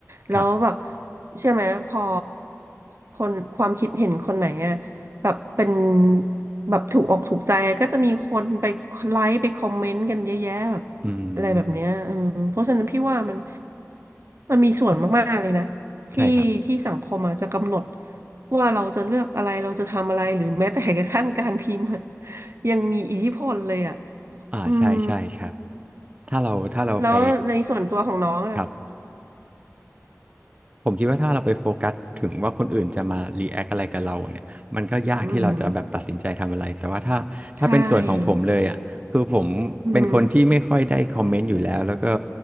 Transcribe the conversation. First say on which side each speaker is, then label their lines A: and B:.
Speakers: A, on the right; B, on the right.
A: แล้วแบบ
B: ครับ
A: เชื่อไหมพอคนความคิดเห็นคนไหนอะแบบเป็นแบบถูกอกถูกใจก็จะมีคนไปไลค์ไปคอมเมนต์กันเยอะแยะแบบ
B: อื
A: อะไรแบบเนี้ยอืมเพราะฉะนั้นพี่ว่ามัน
B: ม
A: มันมีส่วนมากๆเลยนะที่ที่สังคมอะจจะกำหนด
B: ใช่ครับ
A: ว่าเราจะเลือกอะไรเราจะทำอะไรหรือแม้แต่กระทั่งการพิมพ์อะ ยังมีอิทธิพลเลยอ่ะ
B: อ่าใช่ใช่ครับ
A: อืม
B: ถ้าเราถ้าเราไป
A: แล้วในส่วนตัวของน้องอ่ะ
B: ครับ ผมคิดว่าถ้าเราไปโฟกัสถึงว่าคนอื่นจะมารีแอคอะไรกับเราเนี่ยมันก็ยากที่เราจะแบบตัดสินใจทำอะไรแต่ว่าถ้าถ้าเป็นส่วนของผมเลยอ่ะคือผมเป็นคนที่ไม่ค่อยได้คอมเมนต์อยู่แล้วแล้วก็
A: อืม ใช่ อืม